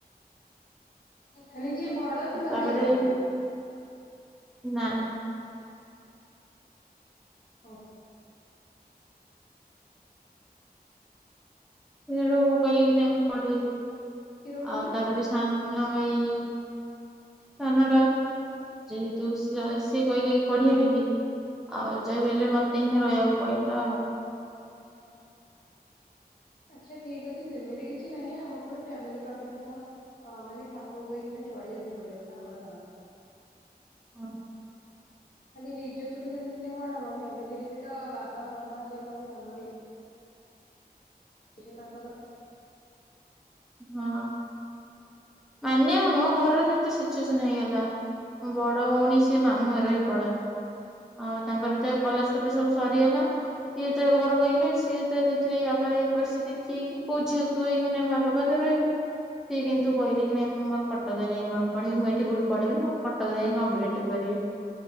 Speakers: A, on the left (about 60°); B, in the centre.
A: ମାନେ ଯିଏ ବଡ
B: ଆଉ
A: ସେ ବାହା
B: ତାପରେ
A: ହେଇ ନାହାନ୍ତି?
B: ନାଇଁ।
A: ହଁ
B: ସେ ସେଠୁ କହିଲେ କି ନାଇଁ ମୁଁ ପଢିବି ବୋଲି
A: କିଏ ରହୁଛନ୍ତି
B: ଆଉ ତାପରେ ସାନ ଭାଇ ସାନ ଟା ଯେହେତୁ ସିଏ ଅ-କହିଲେ କି ପଢିିବେ ବୋଲି ଆଉ ଯାହାବି ହେଲେ ମତେ ହିଁ ରହିବାକୁ ପଇଲା ଆଉ।
A: ହଁ ଆଚ୍ଛା ଠିକ୍ ଅଛି ସେମିତି କିଛି ନାହିଁ ଆମକୁ ବି ଫ୍ୟାମିଲ ପ୍ରୋବ୍ଲେମ୍ ସହ ଅ- ମାନେ ଖାପଖୁଏଇ କିନା ଚଳିବାକୁ ପଡିବ ତାଙ୍କ ସହ।
B: <inaudible>
A: ଖାଲି ନିଜ ସୁବିଧା ଦେଖିଲେ କଣ ହବ ଫ୍ୟାମିଲି ରେ ବି ତ ବାବା ମାମା ସେ ତମକୁ ଜନ୍ମ ଦେଇ <unintelligible>
B: ହଁ। ମାନିବାକୁ ନୁହଁ ଘରର ସେମିତି ସିଚୁଏସନ ହେଇଗଲା। ମୋ ବଡ ଭଉଣୀ ସେ ମାମୁଁ ଘରେ ରହି ପଢନ୍ତି। ଆଉ ତାଙ୍କର ତ ଏ କଲେଜ ଫଲେଜ ସବୁ ସରିଗଲା। ସିଏ ଯେତେବେଳେ ଘରୁ କୁ ଆଇଲେ ସିଏ ଯେତେବେଳେ ଦେଖିଲେ ୟା ପରେ। ପରିସ୍ଥିତି କି ଦେଖି କି କୋଉ ଝିଅ କହିବ ନାଇଁ ମୁଁ ବାପା ପାଖ ରେ ରହିବି ସିଏ କିନ୍ତୁ କହିଲେ। କି ନାହିଁ ମୁଁ ମୋର କଟକରେ ଯାଇଁ ମୋର ପଢିବିଁ ମୁଁ ଏଠି କଉଠି ପଢିବିନି ମୋର କଟକ ରେ ଯାଇଁକି କମ୍ପିଟେଟିଭ୍ କରିବି।